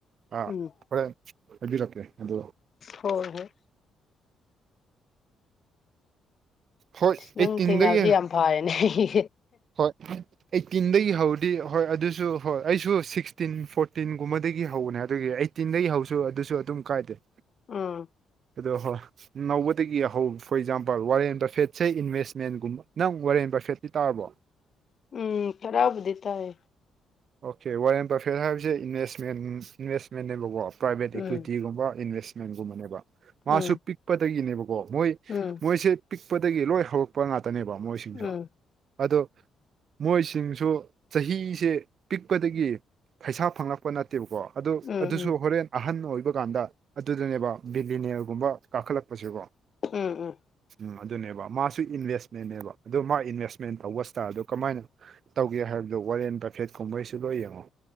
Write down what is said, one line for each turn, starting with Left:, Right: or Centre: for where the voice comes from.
Right: ꯑꯥ
Left: ꯎꯝ
Right: ꯍ‌ꯣꯔꯦꯟ ꯍꯥꯏꯕꯤꯔꯛꯀꯦ ꯑꯗꯨ
Left: ꯍꯣꯏ ꯍꯣꯏ
Right: ꯍꯣꯏ
Left: ꯅꯪ
Right: ꯑꯩꯠꯇꯤꯟꯗꯒꯤ
Left: ꯊꯦꯡꯅꯕꯁꯦ ꯌꯥꯝ ꯐꯔꯦꯅꯦ ꯑꯩ
Right: ꯍꯣꯏ ꯑꯩꯠꯇꯤꯟꯗꯒꯤ ꯍꯧꯗꯤ ꯍꯣꯏ ꯑꯗꯨꯁꯨ ꯍꯣꯏ ꯑꯩꯁꯨ ꯁꯤꯛꯁꯇꯤꯟ ꯐꯣꯔꯇꯤꯟꯒꯨꯝꯕꯗꯒꯤ ꯍꯧꯕꯅꯦ ꯑꯗꯨꯒꯤ ꯑꯩ ꯇꯤꯟꯗꯒꯤ ꯍꯧꯁꯨ ꯑꯗꯨꯁꯨ ꯑꯗꯨꯝ ꯀꯥꯏꯗꯦ
Left: ꯎꯝ
Right: ꯑꯗꯣ ꯍꯧ ꯅꯧꯕꯗꯒꯤ ꯍꯧ ꯐꯣꯔ ꯑꯦꯛꯖꯥꯝꯄꯜ ꯋꯥꯔꯦꯟ ꯕꯥꯏꯐꯦꯠꯁ ꯏꯟꯚꯦꯁꯃꯦꯟꯒꯨꯝꯕ ꯅꯪ ꯋꯥꯔꯦꯟ ꯕꯥꯏꯐꯦꯠꯇꯤ ꯇꯥꯔꯕꯣ
Left: ꯎꯝ ꯈꯔꯕꯨꯗꯤ ꯇꯥꯏ
Right: ꯑꯣꯀꯦ ꯋꯥꯔ ꯑꯟ ꯄꯔꯐꯦ ꯍꯥꯏꯕꯁꯦ ꯏꯟꯚꯦꯁꯃꯦꯟ ꯏꯟꯚꯦꯁꯃꯦꯟꯅꯦꯕꯀꯣ ꯄ꯭ꯔꯥꯏꯚꯦꯠ
Left: ꯎꯝ
Right: ꯏꯀ꯭ꯋꯤꯇꯤꯒꯨꯝꯕ ꯏꯟꯚꯦꯁꯃꯦꯟꯒꯨꯝꯕꯅꯦꯕ ꯃꯥꯁꯨ
Left: ꯎꯝ
Right: ꯄꯤꯛꯄꯗꯒꯤꯅꯦꯕꯀꯣ ꯃꯣꯏ
Left: ꯎꯝ
Right: ꯃꯣꯏꯁꯦ ꯄꯤꯛꯄꯗꯒꯤ ꯂꯣꯏ ꯍꯧꯔꯛꯄ ꯉꯥꯛꯇꯅꯦꯕ ꯃꯣꯏꯁꯤꯡꯁꯨ
Left: ꯎꯝ ꯎꯝ
Right: ꯑꯗꯣ ꯃꯣꯏꯁꯤꯡꯁꯨ ꯆꯍꯤꯁꯦ ꯄꯤꯛꯄꯗꯒꯤ ꯄꯩꯁꯥ ꯐꯪꯂꯛꯄ ꯅꯠꯇꯦꯕꯀꯣ ꯑꯗꯨ
Left: ꯎꯝ
Right: ꯑꯗꯨꯁꯨ ꯍꯣꯔꯦꯟ ꯑꯍꯟ ꯑꯣꯏꯕ ꯀꯥꯟꯗ ꯑꯗꯨꯗꯅꯦꯕ ꯕꯤꯂꯤꯅ꯭ꯌꯔꯒꯨꯝꯕ ꯀꯥꯈꯠꯂꯛꯄꯁꯦꯕꯣ
Left: ꯎꯝ ꯎꯝ
Right: ꯎ ꯑꯗꯨꯅꯦꯕ ꯃꯥꯁꯨ ꯏꯟꯚꯦꯁꯃꯦꯟꯅꯦꯕ ꯑꯗꯣ ꯃꯥ ꯏꯟꯚꯦꯁꯃꯦꯟ ꯇꯧꯕꯁꯤꯗ ꯑꯗꯣ ꯀꯃꯥꯏꯅ ꯇꯧꯒꯦ ꯍꯥꯏꯕꯗꯣ ꯋꯥꯔꯦꯟ ꯄꯐꯦꯠ ꯀꯨꯝꯕꯩꯁꯨ ꯂꯣꯏ ꯌꯦꯡꯉꯣ